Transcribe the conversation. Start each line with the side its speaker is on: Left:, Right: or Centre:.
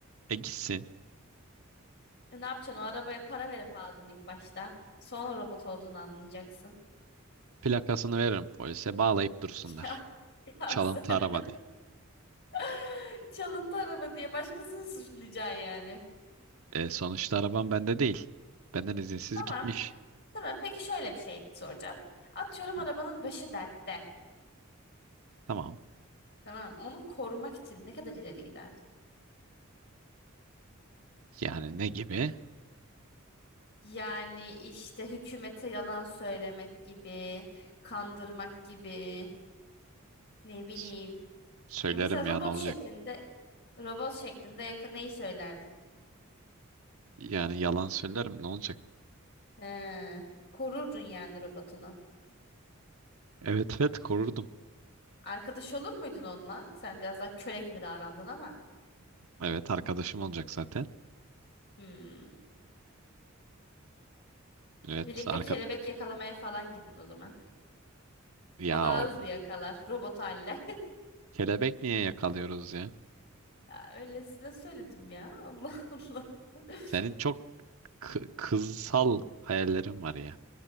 Right: E gitsin,
Left: E, ne yapacaksın? O arabaya para verip aldın ilk başta. Sonra robot olduğunu anlayacaksın.
Right: plakasını veririm polise, bağlayıp dursunlar.
Left: <laughs> Ya, ya
Right: Çalıntı
Left: sen
Right: araba diye.
Left: <laughs> çalıntı araba diye başkasını suçlayacaksın yani.
Right: E, sonuçta arabam bende değil. Benden izinsiz
Left: Tamam.
Right: gitmiş.
Left: Tamam. Peki şöyle bir şey soracağım. Atıyorum
Right: Hı,
Left: arabanın başı dertte.
Right: Tamam.
Left: Tamam. Onu korumak için ne kadar ileri giderdin?
Right: Yani ne gibi?
Left: Yani işte hükümete yalan söylemek gibi, kandırmak gibi, ne bileyim.
Right: S- Söylerim
Left: Ya mesela robot
Right: ya ne olacak?
Left: şeklinde robot şeklinde yakın neyi söylerdin?
Right: Yani yalan söylerim ne olacak?
Left: He, korurdun yani robotunu.
Right: Evet evet korurdum.
Left: Arkadaş olur muydun onunla? Sen biraz daha köle gibi davrandın ama.
Right: Evet arkadaşım olacak zaten.
Left: Hmm.
Right: Evet
Left: Birlikte
Right: arka...
Left: kelebek yakalamaya falan gidin o zaman.
Right: Ya
Left: O daha
Right: o...
Left: hızlı yakalar robot halle. <laughs>
Right: Kelebek niye yakalıyoruz ya?
Left: Ya öylesine söyledim ya. Allah Allah. <laughs>
Right: Senin çok kı- kızsal hayallerin var ya.